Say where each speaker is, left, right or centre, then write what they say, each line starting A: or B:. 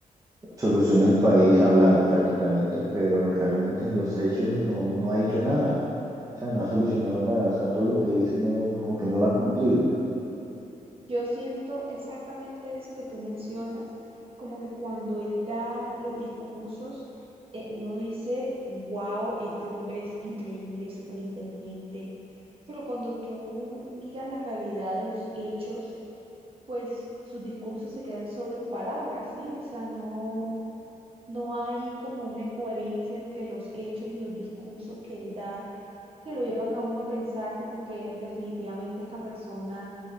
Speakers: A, on the right; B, on the right.
A: soluciona el país hablando prácticamente, pero realmente en los hechos no, no ha hecho nada, o sea, no ha solucionado nada, o sea, todo lo que dice no, como que no lo ha cumplido.
B: Yo siento exactamente eso que tú mencionas, como que cuando él da los discursos, eh, uno dice, wow, este hombre es increíble, súper inteligente, pero cuando tú miras la realidad de los hechos, pues sus discursos se quedan solo en palabras, ¿sí? O sea, no No hay como una coherencia entre los hechos y los discursos que él da, que lo llevan a uno a pensar como que definitivamente esta persona